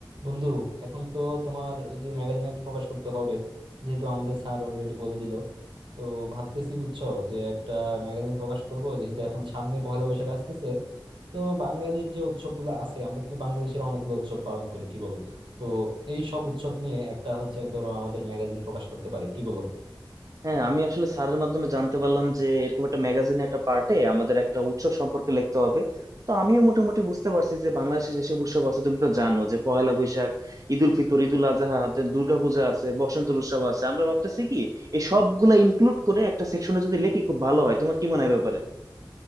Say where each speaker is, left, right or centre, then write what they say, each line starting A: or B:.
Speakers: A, on the right (about 85°); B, on the right (about 45°).
A: বন্ধু এখন তো তোমার এই যে ম্যাগাজিন একটা প্রকাশ করতে হবে যেহেতু আমাদের স্যার অলরেডি বলে দিল তো ভাবতেছি বুঝছো যে একটা ম্যাগাজিন প্রকাশ করব যেহেতু এখন সামনে পহেলা বৈশাখ আসতেছে তো বাঙালির যে উৎসবগুলো আছে আমরা কিন্তু বাংলাদেশের অনেকগুলো উৎসব পালন করি কি বলো তো এই সব উৎসব নিয়ে একটা হচ্ছে ধরো আমাদের ম্যাগাজিন প্রকাশ করতে পারি কি বলো
B: হ্যাঁ আমি আসলে স্যারের মাধ্যমে জানতে পারলাম যে এরকম একটা ম্যাগাজিনে একটা পার্টে আমাদের একটা উৎসব সম্পর্কে লিখতে হবে তো আমিও মোটামুটি বুঝতে পারছি যে বাংলাদেশে যেসব উৎসব আছে তুমি তো জানো যে পহেলা বৈশাখ ঈদ উল ফিতর ঈদ উল আজহা তে দুর্গাপূজা আছে বসন্তের উৎসব আছে আমরা ভাবতেছি কি এই সবগুলা ইনক্লুড করে একটা সেকশনে যদি লিখি খুব ভালো হয় তোমার কি মনে হয় ব্যাপারে